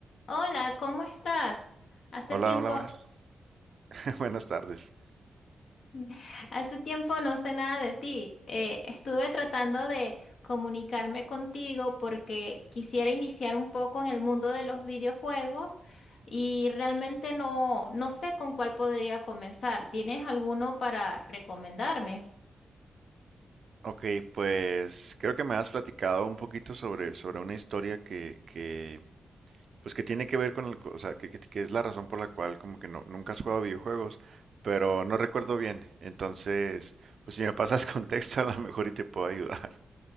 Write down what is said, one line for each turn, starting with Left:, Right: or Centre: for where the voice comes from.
Left: Hola, ¿cómo estás? Hace
Right: Hola,
Left: tiempo,
Right: hola, buenas, <laughs> buenas tardes.
Left: <laughs> hace tiempo no sé nada de ti. Eh, estuve tratando de comunicarme contigo porque quisiera iniciar un poco en el mundo de los videojuegos y realmente no, no sé con cuál podría comenzar. ¿Tienes alguno para recomendarme?
Right: Ok, pues creo que me has platicado un poquito sobre, sobre una historia que, que, pues que tiene que ver con el, co- o sea, que, que- que es la razón por la cual como que no, nunca has jugado videojuegos, pero no recuerdo bien. Entonces, pues si me pasas <laughs> contexto a lo mejor y te puedo ayudar.